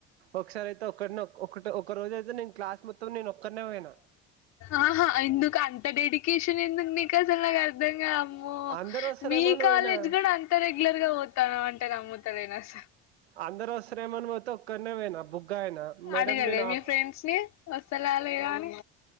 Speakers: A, on the right (about 90°); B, on the left (about 60°).
A: ఒకసారి అయితే ఒక్కడనే ఒక్కో ఒకటే ఒక రోజ అయితే నేను క్లాస్ మొత్తం నేను ఒక్కనే వోయిన.
B: ఆహా ఎందుకు అంత డెడికేషన్ ఎందుకు నీకు అసల్ నాకు అర్ధంగావూ. అమ్మో
A: అందరు వస్తారేమో
B: మీ
A: అని
B: కాలేజ్
A: పోయినా
B: గూడా అంత రెగ్యులర్ గా వో త్తన్నవంటే నమ్ముతలేను అస్సల్.
A: అందరు ఓస్తార్రేమో అని వోతే ఒక్కనేవేయినా బుగ్గ అయినా. మేడం
B: అడగలే
A: నేను
B: మీ
A: ఆఫ్
B: ఫ్రెండ్స్ ని వస్తలా లేదఅని.